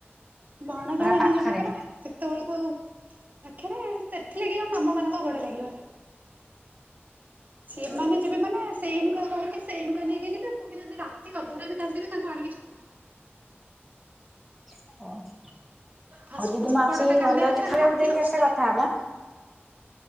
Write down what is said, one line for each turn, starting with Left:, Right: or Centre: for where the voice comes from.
Right: ଭଣଜା
Centre: ପୁରା
Right: ମାନେ
Centre: ପାଖରେ
Right: ଯିବେ ପରା ସେତେବେଳକୁ ଆଉ ଆଖିରେ ସେଥିଲାଗି ଆଉ ମାମୁଁ ମାନଙ୍କ ଗୋଡ ଲାଗିବନି ସେମାନେ ଯିବେ ମାନେ ସେଇନୁକା କହିକି ସେଇନୁକା ନେଇକି ଯିବେ ପୁଣି ଦିନ ରାତି ହବ ଅଧରେ ବି କାନ୍ଦିବେ ତାଙ୍କୁ ଆଣିକି ଛାଡ଼ିବେ
Centre: ହଉ
Right: ଫାଷ୍ଟ
Centre: ଦିଦି
Right: ଫାଷ୍ଟ
Centre: ମୁଁ ଆସୁଛି
Right: ବଡଟା କାନ୍ଦେ
Centre: ଘରେ ଯାଉଛି
Right: ଯେ ରାତି
Centre: ଖାଇବାକୁ ଦେଇକି
Right: ଦଶଟାରେ
Centre: ଆସେ କଥା
Right: ଦିନେ
Centre: ହବା
Right: ଧରିକି ଆସିଲେ